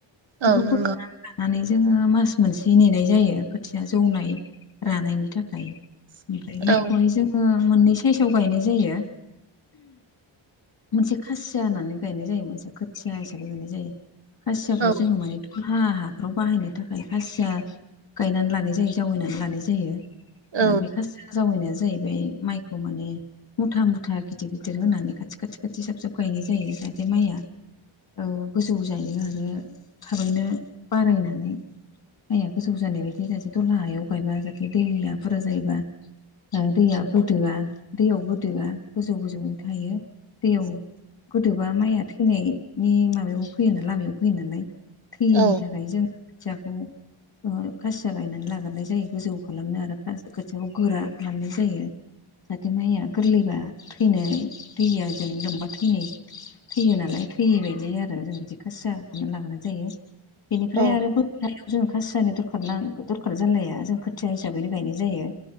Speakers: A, on the left; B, on the right.
A: बेखौ
B: औ नंगौ
A: फोखोनानै लानानै जोङो मास मोनसे नेनाय जायो खोथिया जौनाय रानायनि थाखाय ओमफ्राय
B: औ
A: मायखौहाय जों मोननै साइसआव गायनाय जायो मोनसे खासि खुसिया होननानै गायनाय जायो मोनसे खोथिया हिसाबै गायनाय जायो खासियाखौ
B: औ
A: जोङो माने हाफ्राव बाहायनो थाखाय खासिया गायनानै लानाय जायो जावैनानै लानाय जायो।
B: औ
A: ओ बेखो जावैनाया जाहैबाय माइखौ माने मुथा मुथा गिदिर गिदिर होनानै खाथि खाथि खाथि जाबजाब उगायनाय जायो जाहाथे माइया गोजौ जायो आरो थाबैनो बारायनानै माइया गोजौ जानाय बायदि जाहाथे द'ला हायाव गायबा जाहाथे दैया बुरजा जायोबा दैया गोदोआ दैयाव गोदोआ गोजौ गोजौै थायो दैयाव गोदोबा माइया थैनायनि माबायाव फैयोना लामायाव फैयो नालाय थैयिनि
B: औ
A: थाखाय जोङो खोथियाखौ खासिया गायनानै लाग्रनाय जायो गोजौ खालामनो आरो खोथियाखौ गोरा खालामनाय जायो जाहाथे माइया गोरलैबा थैनो दैया जोबजोबबा थैनाय थैयो नालाय थैयै बायदि आरो जों बिदि खासिया खालामनानै लाग्रोनाय जायो बेनिफ्राय
B: औ
A: आरो खौ जों खासियानो दरखार ना दरखार जालाया जों खोथिया हिसाबैनो गायनाय जायो।